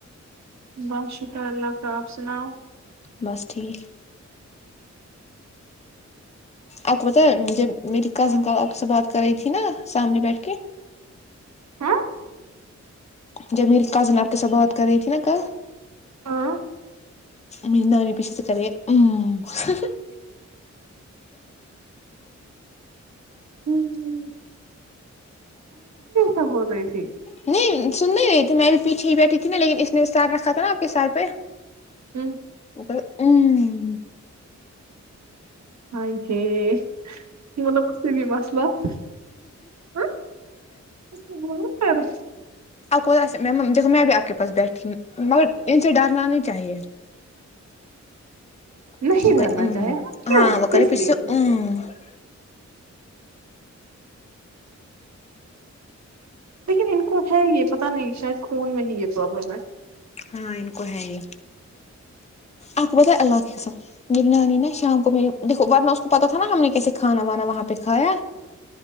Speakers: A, on the right (about 70°); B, on the left (about 25°).
A: بس شکری اللہ کا اب سناؤ
B: بس ٹھیک آپ کو پتا ہے جب میری کزن کا آپ سے بات کر رہی تھی نا سامنے بیٹھ کے
A: ہاں
B: جب میری کازن آپ کے ساتھ بات کر رہی تھی نا کل
A: ہاں
B: مندا نہیں پشت کرے ہ <unintelligible>
A: <unintelligible> سب ہوگئی تھی
B: نہیں سن نہیں رہی تھی میں ابھی پیچھے ہی بیٹھی تھی نا لیکن اس نے سار رکھا تھا نا آپ کے سار پے
A: ہوں
B: پ ام
A: <inaudible> بولوں پر <unintelligible>
B: آپ کو ایس میں م جیسے میں اپ کے پاس بیٹھتی ہوں مگر ان سے ڈرنا نہیں چاہیے <inaudible>
A: نہیں دھرنا چاہے ہم کیوں کس لیے لیکن ان کو ہے یہ پتہ نہیں شاید خون میں ہی یہ پروابلم ہے
B: ہاں ان کو ہے یے آپ کو پتا ہے اللہ کے سب میری نانی نے شام کو میری دیکو ورنہ اس کو پتا تھا نا ہم نے کیسے کھانا وانا وہاں پہ کھایا